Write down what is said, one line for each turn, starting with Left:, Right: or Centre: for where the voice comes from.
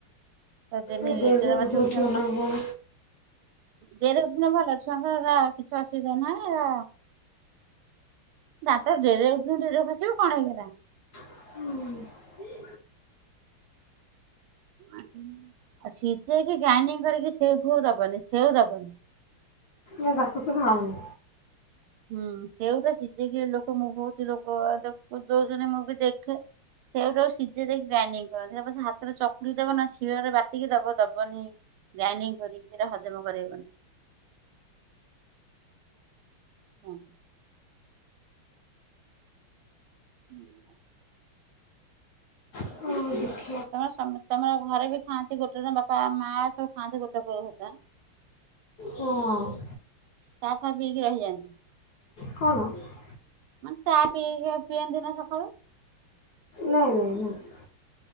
Right: ତ ଦେନି
Left: ଏ ଡେରିରେ
Right: ଏଗାର
Left: ବୋଧେ
Right: ମାସ ଉଠାନ୍ତି
Left: ଉଠିବ ନା କ'ଣ
Right: ଦେହର ଦିନ ଭଲ ଛୁଆଙ୍କର ହେରା କିଛି ଅସୁବିଧା ନାହିଁହେରା ଦାନ୍ତ ଡେରିରେ ଡେରିରେ ଖସିବ କଣ ହେଇଗଲା।
Left: ହୁଁଅ
Right: ଆଉ ସିଝେଇକି ଗ୍ରାଇଡିଙ୍ଗ କରିକି ସେଉ ଫେଉ ଦବନି ସେଉ ଦବନି।
Left: ଏ ତାକୁସେ ଖାଉନି।
Right: ହୁଁ ସେଉଟା ସିଝିକି ଲୋକ ମୁଁ ବହୁତ ଲୋକ ଦେ ଦୋଉ ଜଣ ମୁଁ ବି ଦେଖେ। ସେଉଟାକୁ ସିଝେଇ ଦେଇକି ଗ୍ରାଇଂଡିଙ୍ଗ କରନ୍ତି ସେ ପଛେ ହାତରେ ଚକୁଡି ଦବ ନା ଶିଳରେ ବାଟିକି ଦବ ଦବନିଁ ଗ୍ରାଇଂଡିଙ୍ଗ କରିକି ସେଇଟା ହଜମ କରେଇବନି। ହୁ ହୁ ହୁଁ ହୁଁ
Left: ଓ ଦେ
Right: ତମର ସମ ତମର ଘରେ ବି ଖାଆନ୍ତି ଗୋଟେ ବାପା, ମା ସବୁ ଖାଆନ୍ତି ଗୋଟେ ପରେ ଭାତ ଆଁ
Left: ହଁ
Right: ଚା ଫା ପିଇକି ରହିଯାଆନ୍ତି।
Left: କ'ଣ ନାଇଁ
Right: ମାନେ ଚା ପିଇକି ପିଅନ୍ତି ନା ସକାଳୁ?
Left: ନାଇଁ ନାଇଁ